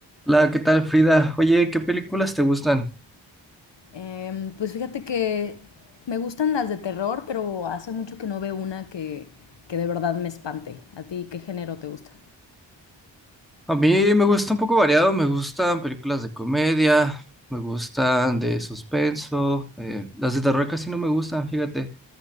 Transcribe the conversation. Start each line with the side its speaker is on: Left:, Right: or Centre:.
Centre: Hola, ¿qué tal, Frida? Oye, ¿qué películas te gustan?
Left: Eh, pues fíjate que me gustan las de terror, pero hace mucho que no veo una que, que de verdad me espante. ¿A ti qué género te gusta?
Centre: A mí me gusta un poco variado, me gustan películas de comedia, me gustan de suspenso, eh, las de terror casi no me gustan, fíjate,